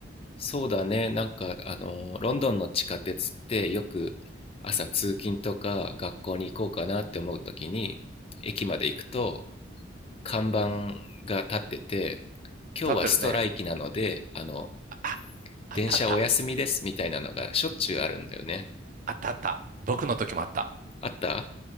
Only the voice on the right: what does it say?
立ってるね。
あ、あったあった、
あったあった。僕の時もあった。